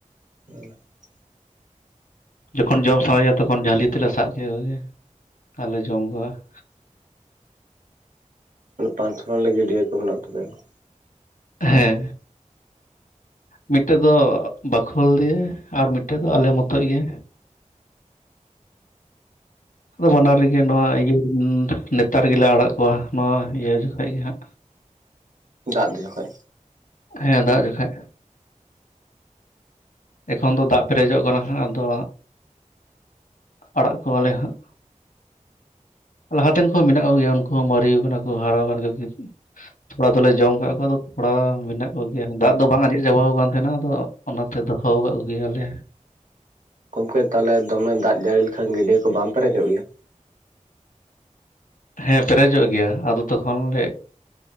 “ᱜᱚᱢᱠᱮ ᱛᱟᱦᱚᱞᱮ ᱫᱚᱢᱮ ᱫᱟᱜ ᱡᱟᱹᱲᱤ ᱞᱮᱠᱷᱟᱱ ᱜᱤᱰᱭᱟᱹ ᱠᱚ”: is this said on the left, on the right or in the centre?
Right